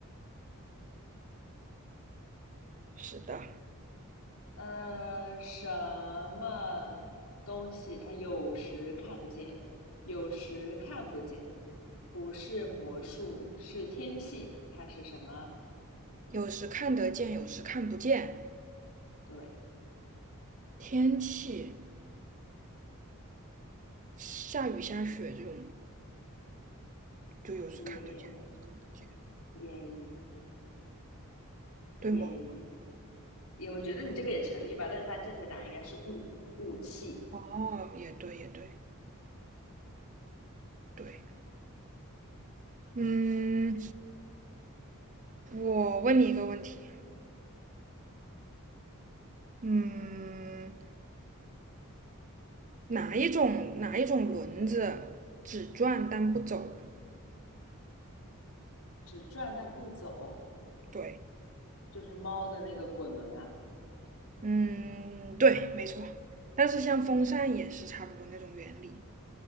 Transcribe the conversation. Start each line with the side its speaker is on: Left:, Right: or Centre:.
Right: 是的。
Left: 呃，什么东西它有时看得见，有时看不见？不是魔术，是天气，它是什么？
Right: 有时看得见，有时看不见。
Left: 对，
Right: 天气下雨下雪这种，就有时看得见，
Left: 耶
Right: 有时看不见
Left: 耶耶！
Right: 对吗？
Left: 也我觉得你这个也成立吧，但是它正确答案应该是雾雾气，
Right: 哦，也对，也对，对。嗯，我问你一个问题，嗯，哪一种哪一种轮子只转但不走？
Left: 只转但不走，
Right: 对，
Left: 就是猫的那个滚轮啊。
Right: 嗯，对，没错。但是像风扇也是差不多那种原理。